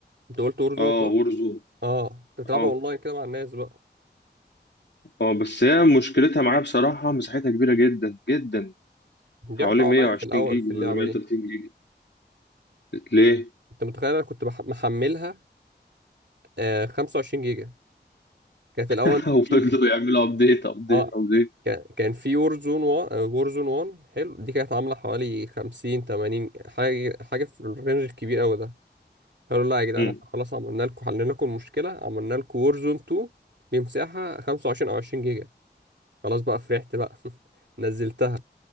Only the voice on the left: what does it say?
اه
وورزون
اه
اه بس هي مشكلتها معايا بصراحه مساحتها كبيره جدا جدا
حوالي 120
جيجا
ولا 130
جيجا ليه
<laughs> وفضلوا
يعملوا ابديت ابديت
ابديت
امم